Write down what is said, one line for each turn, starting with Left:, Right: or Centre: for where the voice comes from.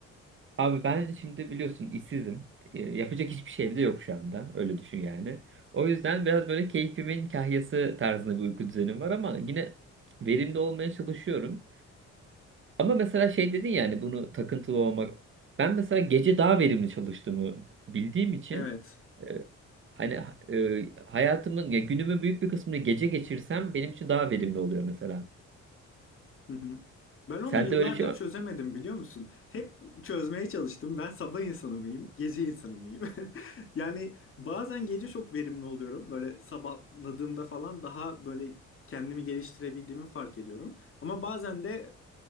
Right: Abi ben şimdi biliyorsun işsizim. E, yapacak hiçbir şeyim de yok şu anda. Öyle düşün yani. O yüzden biraz böyle keyfimin kahyası tarzında bir uyku düzenim var ama yine verimli olmaya çalışıyorum. Ama mesela şey dedin yani bunu takıntılı olmak. Ben mesela gece daha verimli çalıştığımı bildiğim için
Left: Evet.
Right: e, hani e, hayatımın ya günümün büyük bir kısmını gece geçirsem benim için daha verimli oluyor mesela.
Left: Hı hı. Ben onu
Right: Sen
Left: yıllardır
Right: de öyle bir şey var.
Left: çözemedim biliyor musun? Hep çözmeye çalıştım. Ben sabah insanı mıyım, gece insanı mıyım? <laughs> Yani bazen gece çok verimli oluyorum. Böyle sabahladığımda falan daha böyle kendimi geliştirebildiğimi fark ediyorum. Ama bazen de